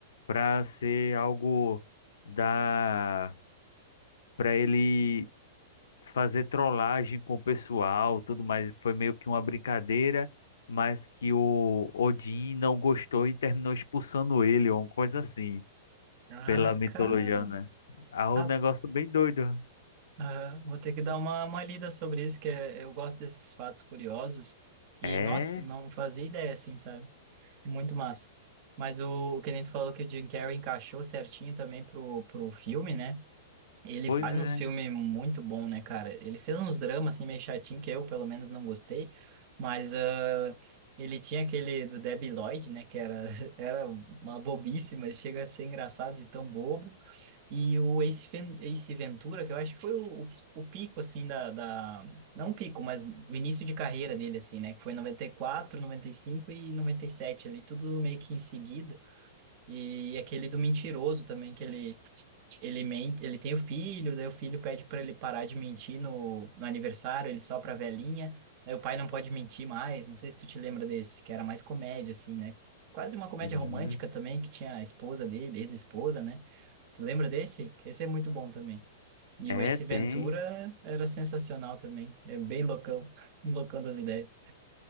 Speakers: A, on the left; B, on the right.
A: pra ser algo da, pra ele fazer trollagem com o pessoal, tudo mais. Foi meio que uma brincadeira, mas que o Odin não gostou e terminou expulsando ele, ou uma coisa assim,
B: Ah,
A: pela mitologia,
B: cara,
A: né? Ah,
B: rapaz.
A: um negócio bem doido.
B: Aham, Vou ter que dar uma, uma lida sobre isso, que é, eu gosto desses fatos curiosos. E,
A: É,
B: nossa, não fazia ideia assim, sabe? Muito massa. Mas o, o que nem tu falou que o Jim Carrey encaixou certinho também pro, pro filme, né? Ele
A: pois
B: faz
A: é.
B: uns filmes muito bom, né, cara? Ele fez uns dramas, assim, meio chatinho, que eu, pelo menos, não gostei. Mas ah, ele tinha aquele do Debi Lloyd, né? Que era, <laughs> era uma bobice, mas chega a ser engraçado de tão bobo. E o Ace, Ven- Ace Ventura, que eu acho que foi o, o, o pico, assim, da, da... Não o pico, mas o início de carreira dele, assim, né? Que foi noventa e quatro noventa e cinco e e noventa e sete ali, tudo meio que em seguida. E aquele do mentiroso também, que ele, ele mente, ele tem o filho, daí o filho pede para ele parar de mentir no, no aniversário, ele sopra a velhinha, daí o pai não pode mentir mais. Não sei se tu te lembra desse, que era mais comédia, assim, né? Quase uma comédia
A: Sim.
B: romântica também, que tinha a esposa dele, ex-esposa, né? Tu lembra desse? Que Esse é muito bom também. E
A: É,
B: o Ace
A: tem.
B: Ventura era sensacional também. É bem loucão, <laughs> loucão das ideias.